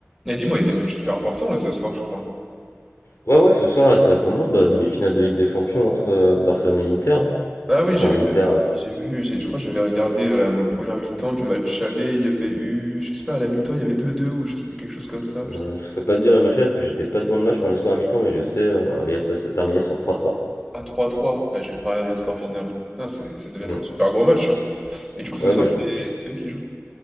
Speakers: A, in the centre; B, on the left.
A: Et dis-moi, il y a des matchs super importants là ce soir, je crois.
B: Ouais, ouais, ce soir, là, ça commence, bah, demi-finale de Ligue des Champions entre euh, Barcelone et l'Inter. hein.
A: Ah oui,
B: Enfin,
A: j'ai vu,
B: l'Inter,
A: bah,
B: euh,
A: j'ai vu, j'ai- je crois que j'avais regardé à la m- première mi-temps du match aller, il y avait eu, je sais pas, à la mi-temps il y avait deux deux ou je sais- quelque chose comme ça.
B: euh,
A: Je sais.
B: je sais pas te dire le match là, parce que j'étais pas devant le match pendant le score à mi-temps, mais je sais, euh, et ça s'est terminé sur trois trois
A: Ah 3-3, ah, j'avais pas regardé le score final. Non, c'est- ça devait
B: Mm.
A: être un super gros match. hein. Et du coup
B: Ouais,
A: ce soir
B: bah, j'ai-
A: c'est
B: j'ai-
A: c'est eux qui jouent.